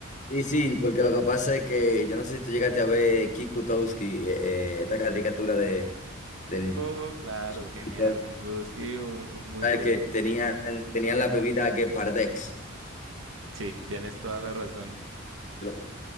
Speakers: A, on the left; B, on the right.
A: Sí, sí, porque lo que pasa es que yo no sé si tú llegaste a ver Kick Butowski, eh, eh, esta caricatura de, del
B: Oh, claro,
A: chiquito,
B: genial, Kit Buski, uh, muy
A: ¿sabes?
B: bueno.
A: Que tenían, tenían la bebida Gepardex.
B: Sí, tienes toda la razón.
A: lo-